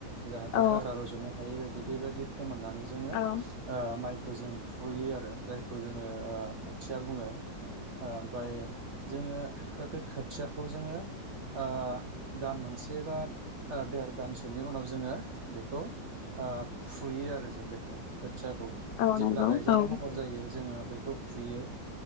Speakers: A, on the right (about 50°); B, on the left (about 80°).
A: जाहाथे
B: औ
A: हाग्रा रज'नो हायै बायदि बेबायदि फोमोननानै जोङो ओ
B: औ
A: माइखौ जों फुयो आरो जायखौ जोङो ओ थिया बुङो ओमफाय जोङो बे खोथियाखौ जोङो ओ दान मोनसे बा देर दानसोनि उनाव जोङो बेखौ ओ फुयो आरो जों बेखौ खो-खोथियाखौ।
B: औ
A: जेब्ला
B: नंगौ
A: गायजानाय
B: औ
A: महर जायो जोङो बेखौ फुयो